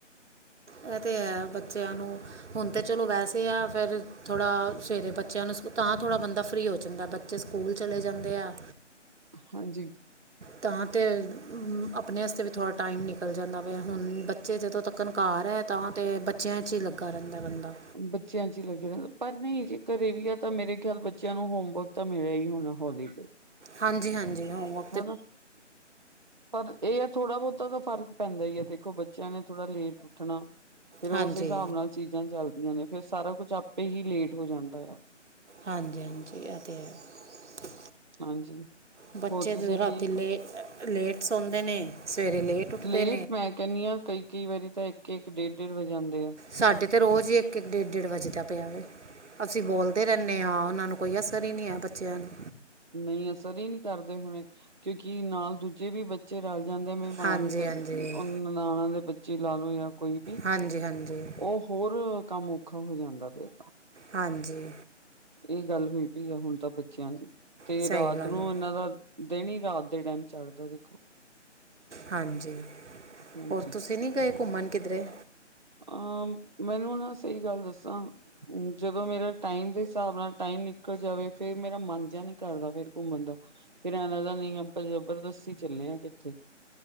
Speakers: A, on the right; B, on the right.
A: ਇਹ ਤਾਂ ਹੈ ਬੱਚਿਆਂ ਨੂੰ ਹੁਣ ਤਾਂ ਚਲੋ ਵੈਸੇ ਆ ਫਿਰ ਥੋੜ੍ਹਾ ਸਵੇਰੇ ਬੱਚਿਆਂ ਨੂੰ ਤਾਂ ਥੋੜ੍ਹਾ ਬੰਦਾ ਫਰੀ ਹੋ ਜਾਂਦਾ ਬੱਚੇ ਸਕੂਲ ਚਲੇ ਜਾਂਦੇ ਆ
B: ਹਾਂਜੀ।
A: ਤਾਂ ਤੇ ਆਪਣੇ ਵਾਸਤੇ ਵੀ ਥੋੜ੍ਹਾ ਟਾਈਮ ਨਿਕਲ ਜਾਂਦਾ ਵਾ ਹੁਣ ਬੱਚੇ ਜਦੋਂ ਤੱਕਣ ਘਰ ਏ ਤਾਂ ਤੇ ਬੱਚਿਆਂ 'ਚ ਹੀ ਲੱਗਾ ਰਹਿੰਦਾ ਬੰਦਾ।
B: ਬੱਚਿਆਂ ਚ ਹੀ ਲੱਗੇ ਰਹਿੰਦੇ ਆ ਪਰ ਨਹੀਂ ਜੇਕਰ ਘਰੇ ਵੀ ਆ ਤਾਂ ਮੇਰੇ ਖਿਆਲ ਬੱਚਿਆਂ ਨੂੰ ਹੋਮਵਰਕ ਤਾਂ ਮਿਲਿਆ ਹੀ ਹੋਣਾ ਹੋਲੀਡੇ।
A: ਹਾਂਜੀ- ਹਾਂਜੀ ਹੋਮਵ
B: ਹਨਾ। ਪਰ ਇਹ ਆ ਥੋੜਾ ਬਹੁਤਾ ਤਾਂ ਫ਼ਰਕ ਪੈਂਦਾ ਹੀ ਹੈ ਦੇਖੋ ਬੱਚਿਆਂ ਨੇ ਥੋੜਾ ਲੇਟ ਉੱਠਣਾ। ਫਿਰ
A: ਹਾਂਜੀ
B: ਉਸੇ ਹਿਸਾਬ ਨਾਲ ਚੀਜ਼ਾਂ ਚੱਲਦੀਆਂ ਨੇ ਫਿਰ ਸਾਰਾ ਕੁਛ ਆਪੇ ਹੀ ਲੇਟ ਹੋ ਜਾਂਦਾ ਆ।
A: ਹਾਂਜੀ -ਹਾਂਜੀ ਇਹ ਤਾਂ ਹੈ।
B: ਹਾਂਜੀ।
A: ਬੱਚੇ
B: ਹੋਰ ਤੁਸੀਂ
A: ਜੋਂ ਰਾਤੀ
B: ਠੀਕ
A: ਲੇ
B: ਹੋ
A: ਲੇਟ ਸੌਦੇ ਨੇ ਸਵੇਰੇ ਲੇਟ ਉੱਠਦੇ ਨੇ
B: ਇਹ ਤੇ ਮੈਂ ਆਏ ਕਹਿੰਦੀ ਹਾਂ ਕਈ -ਕਈ ਵਾਰੀ ਤਾਂ ਇੱਕ, ਇੱਕ ਡੇਢ -ਡੇਢ ਵਜੇ ਜਾਂਦੇ ਆ।
A: ਸਾਡੇ ਤੇ ਰੋਜ਼ ਹੀ ਇੱਕ -ਇੱਕ, ਡੇਢ -ਡੇਢ ਵੱਜਦਾ ਪਿਆ ਵਾ ਅਸੀਂ ਬੋਲਦੇ ਰਹਿੰਦੇ ਹਾਂ ਉਹਨਾਂ ਨੂੰ ਕੋਈ ਅਸਰ ਹੀ ਨਹੀਂ ਹੈ ਬੱਚਿਆਂ ਨੂੰ।
B: ਨਹੀਂ ਅਸਰ ਹੀ ਨਹੀਂ ਕਰਦੇ ਹੁਣੇ ਕਿਉਂਕਿ ਨਾਲ ਦੂਜੇ ਵੀ ਬੱਚੇ ਬੱਚੇ ਰਲ ਜਾਂਦੇ ਮਹਿਮਾਨ
A: ਹਾਂਜੀ
B: ਦੇ
A: ਹਾਂਜੀ
B: ਨਨਾਣਾਂ ਦੇ ਬੱਚੇ ਲਾ ਲਓ ਜਾਂ ਕੋਈ ਵੀ।
A: ਹਾਂਜੀ ਹਾਂਜੀ
B: ਉਹ ਹੋਰ ਕੰਮ ਔਖਾ ਹੋ ਜਾਂਦਾ ਫੇਰ
A: ਹਾਂਜੀ।
B: ਇਹ ਗੱਲ ਹੋਈ ਪਈ ਆ ਹੁਣ ਤਾਂ ਬੱਚਿਆਂ ਦੀ ਤੇ
A: ਸਹੀ
B: ਰਾਤ
A: ਗੱਲ
B: ਨੂੰ
A: ਹੈ
B: ਇਹਨਾਂ ਦਾ ਦਿਨ ਹੀ ਰਾਤ ਦੇ ਟਾਈਮ ਚੜਦਾ ਦੇਖੋ।
A: ਹਾਂਜੀ,
B: ਹਾਂਜੀ
A: ਹੋਰ ਤੁਸੀਂ ਨਹੀਂ ਗਏ ਘੁੰਮਣ ਕਿੱਧਰੇ।
B: ਅਹ ਮੈਨੂੰ ਨਾ ਸਹੀ ਗੱਲ ਦੱਸਾਂ। ਜਦੋਂ ਮੇਰਾ ਟਾਈਮ ਦੇ ਹਿਸਾਬ ਨਾਲ ਟਾਈਮ ਨਿਕਲ ਜਾਵੇ ਫੇਰ ਮੇਰਾ ਮਨ ਜਿਹਾ ਨੀ ਕਰਦਾ ਫਿਰ ਘੁੰਮਣ ਦਾ। ਫਿਰ ਐ ਲੱਗਦਾ ਨਹੀਂ ਆਪਾਂ ਜਬਰਦਸਤੀ ਚੱਲੇ ਹਾਂ ਕਿੱਥੇ